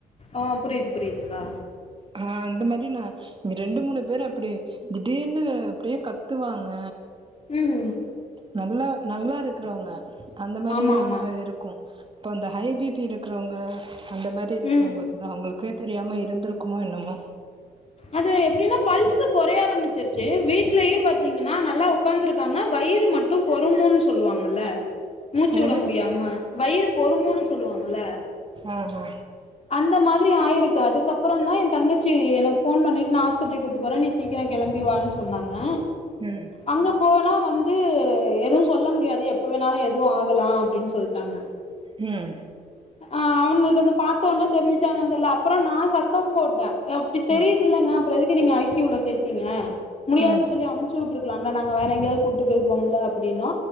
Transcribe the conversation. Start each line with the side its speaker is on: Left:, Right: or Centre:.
Left: ஆ புரிது புரிதுக்கா
Right: ஆ அந்த மாரி நா இங்க ரெண்டு மூணு பேரு அப்டி திடீர்னு அப்டே கத்துவாங்க
Left: ம்
Right: நல்லா நல்லா இருக்குறவங்க அந்த மாரில்லா
Left: ஆமா ஆமா
Right: இருக்கு இப்போ அந்த ஹை பி பி இருக்குறவங்க அந்த மாரி இருக்குறவங்க
Left: ம்
Right: அது அவுங்களுக்கே தெரியாம இருந்திருக்குமோ என்னமோ
Left: அது எப்டின்னா பல்ஸ் கொறைய ஆரம்பிச்சிருச்சு வீட்லயே பாத்தீங்கன்னா நல்லா உ உக்காந்துருக்காங்க வயிறு மட்டு பொறுமுன் சொல்லுவாங்கள்ல மூச்சு
Right: என்னது
Left: விட முடியாம வயிறு பொறுமுன் சொல்லுவாங்கல
Right: ஆஹா
Left: அந்த மாதிரி ஆயிருக்கு அதுக்கப்புறந்தா எ தங்கச்சி எனக்கு ஃபோன் பண்ணிட் நா ஹாஸ் பத்திரி கூப்ட்டு போறே நீ சீக்கிரோ கிெளம்பிவான் சொன்னாங்க
Right: ம்
Left: அங்க போனா வந்து எதுவு சொல்ல முடியாது எப்ப வேணாலு எதுவு ஆகலா அப்டின் சொல்ட்டாங்க
Right: ம்
Left: ஆ அவனுங்களுக்கு அது பாத்த உட்னே தெரிஞ்சுச்சா என்னன் தெர்ல அப்புறோ நா சத்தம் போட்டே அப்டி தெரியுதில்லங்க
Right: ம் ம்
Left: அப்றோ எதுக்கு நீங்க ஐ சி யூல சேத்தீங்க முடியாதுன்
Right: ம்
Left: சொல்லி அமிச் சி விட்ருக்கலாம் இல்ல நாங்க வேற எங்கயாவது கூட்டு போயிருப்போம்ல அப்படின்னோ